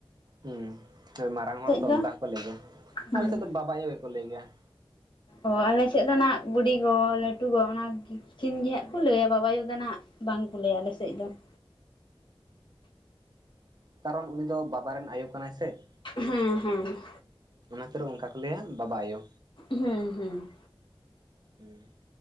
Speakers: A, on the right; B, on the left.
A: ᱦᱩᱸ ᱢᱟᱨᱟᱝ ᱦᱚᱲ ᱛᱚ
B: ᱫᱚ
A: ᱚᱱᱠᱟ ᱦᱚᱸᱠᱚ ᱞᱟᱹᱭ ᱜᱮᱭᱟ,
B: ᱦᱩᱸ
A: ᱟᱞᱮ ᱥᱮᱫ ᱫᱚ ᱵᱟᱵᱟ ᱟᱭᱳ ᱜᱮᱠᱚ ᱞᱟᱹᱭ ᱜᱮᱭᱟ ᱾
B: ᱚ ᱟᱞᱮᱥᱮᱫ ᱫᱚ ᱦᱱᱟᱜ, ᱵᱩᱰᱤ ᱜᱚ, ᱞᱟᱹᱴᱩ ᱜᱚ, ᱚᱱᱟᱠᱤᱱ ᱜᱮᱦᱟᱜ ᱠᱚ ᱞᱟᱹᱭᱟ ᱵᱟᱵᱟ ᱟᱭᱩ ᱫᱚ ᱱᱟᱜ ᱵᱟᱝ ᱠᱚ ᱞᱟᱹᱭᱟ ᱟᱞᱮᱥᱮᱫ ᱫᱚ ᱾
A: ᱠᱟᱨᱚᱱ, ᱩᱱᱤ ᱫᱚ ᱵᱟᱵᱟ ᱨᱮᱱ ᱟᱭᱳ ᱠᱟᱱᱟᱭ ᱥᱮ ᱾
B: ᱦᱩᱸ ᱦᱮᱸ ᱾
A: ᱚᱱᱟᱛᱮ ᱨᱮ ᱚᱱᱠᱟ ᱠᱚ ᱞᱟᱹᱭᱟ, ᱵᱟᱵᱟ ᱟᱭᱳ
B: ᱦᱩᱸ ᱦᱩᱸ
A: ᱾ᱦᱩᱸ